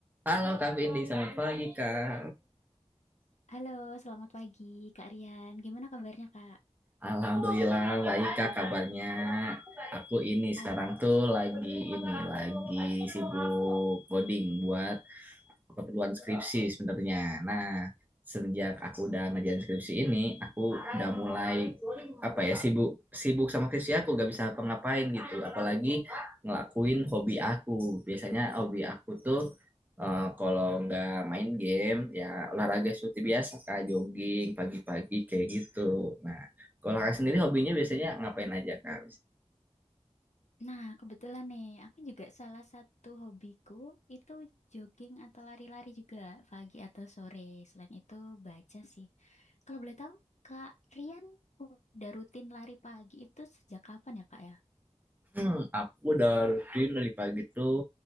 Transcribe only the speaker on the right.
Halo Kak Vindi, selamat pagi Kak.
Alhamdulillah baik Kak kabarnya. Aku ini
sekarang tuh lagi ini lagi sibuk coding buat keperluan skripsi sebenarnya. Nah, sejak aku udah ngerjain skripsi ini, aku udah mulai apa ya sibuk sibuk sama skripsi aku gak bisa apa-ngapain gitu. Apalagi ngelakuin hobi aku. Biasanya hobi aku tuh eh, kalau nggak main game ya olahraga seperti biasa kayak jogging pagi-pagi kayak gitu. Nah, kalau kakak sendiri hobinya biasanya ngapain aja kak?
Hmm, aku udah rutin dari pagi tuh